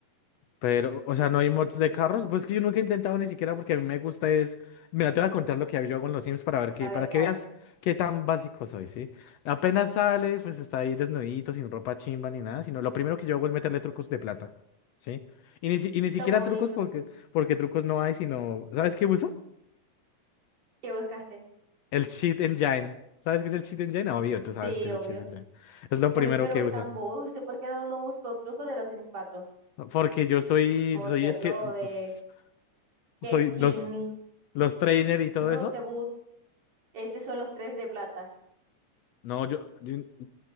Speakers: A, on the left (about 70°); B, on the right (about 85°).
A: Pero, o sea, no hay mods de carros. Pues que yo nunca he intentado ni siquiera porque a mí me gusta es. Mira, te voy a contar lo que yo hago en los Sims para ver qué,
B: A
A: para
B: ver qué
A: que
B: haces.
A: veas qué tan básico soy, ¿sí? Apenas sale, pues está ahí desnudito, sin ropa chimba ni nada, sino lo primero que yo hago es meterle trucos de plata, ¿sí? Y ni, si- y ni siquiera
B: Tan bonito.
A: trucos porque, porque trucos no hay, sino. ¿Sabes qué uso?
B: ¿Qué buscaste?
A: El Cheat Engine. ¿Sabes qué es el Cheat Engine? Ah, Obvio, tú sabes
B: Sí,
A: qué es
B: obvio.
A: el Cheat Engine. Es lo
B: Uy,
A: primero
B: pero
A: que
B: tan
A: uso.
B: bobo, no sé por qué no, no buscó trucos de los sims cuatro
A: Porque yo estoy,
B: Motherlode,
A: soy, es que, s-
B: Ketching,
A: soy los, los trainer y todo
B: Rosewood.
A: eso.
B: Estos son los tres de plata.
A: No, yo, yo-